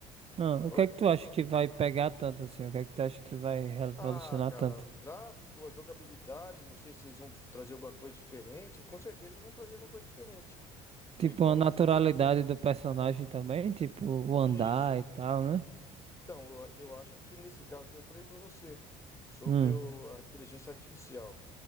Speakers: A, on the right (about 40°); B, on the left (about 20°).
A: Ah, o
B: Oi?
A: que é que tu acha que vai pegar tanto assim? O que é que tu acha que vai revolucionar
B: Ah, cara,
A: tanto?
B: o gráfico, a jogabilidade, não sei se eles vão trazer alguma coisa diferente. Com certeza eles vão trazer alguma coisa diferente. Foi
A: Tipo,
B: igual
A: a naturalidade
B: no GTA.
A: do personagem também, tipo, o
B: Isso.
A: andar e tal, né?
B: Então, eu, eu acho que nesse caso que eu falei pra você sobre
A: Hum,
B: o- a inteligência artificial.